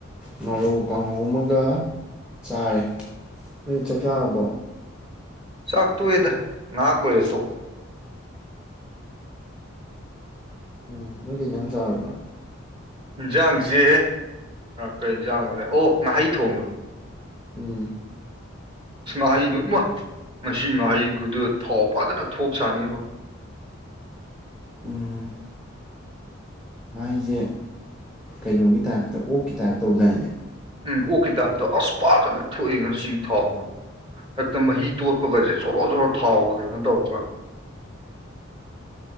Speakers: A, in the centre; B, on the right.
A: ꯉꯨ ꯀꯥꯡꯍꯧ ꯑꯃꯒ ꯆꯥꯔꯦ ꯅꯣꯏ ꯆꯥꯛ ꯆꯥꯔꯕꯣ
B: ꯆꯥꯛ ꯇꯨ ꯑꯦꯗꯅꯥꯀ ꯆꯣ
A: ꯎꯝ ꯑꯗꯨꯒꯤꯩꯅ ꯌꯥꯝ ꯆꯥꯔꯕ꯭ꯔꯥ
B: ꯏꯟꯖꯥꯡꯁꯦ ꯀ ꯏꯟꯖꯥꯡꯅꯣꯅꯦ ꯑꯣ ꯉꯥꯍꯩ ꯊꯣꯡꯉꯕ
A: ꯎꯝ
B: ꯃꯍꯩꯗꯨꯃꯣꯏ ꯉꯁꯤ ꯃꯍꯩ ꯈꯨꯗ ꯊꯥꯎ ꯐꯥꯖꯅ ꯊꯣꯛ ꯆꯥꯅꯦꯕꯣ
A: ꯎꯝ ꯃꯍꯥꯏꯁꯦ ꯀꯩꯅꯣꯒꯤ ꯇꯥꯏꯞꯇ ꯑꯣꯛꯀꯤ ꯇꯥꯏꯞ ꯇꯧꯗꯥꯏꯅꯦ
B: ꯎꯝ ꯑꯣ ꯀꯤꯇꯥꯞꯇꯣ ꯑꯁ ꯐꯥꯖꯅ ꯊꯣꯛꯑꯦ ꯉꯁꯤ ꯊꯥꯎ ꯍꯦꯛꯇ ꯃꯍꯤ ꯇꯣꯠꯄꯒꯁꯦ ꯖꯣꯔꯣ ꯖꯣꯔꯣ ꯊꯥꯎꯒ ꯀꯩꯅꯣ ꯇꯧꯔꯒ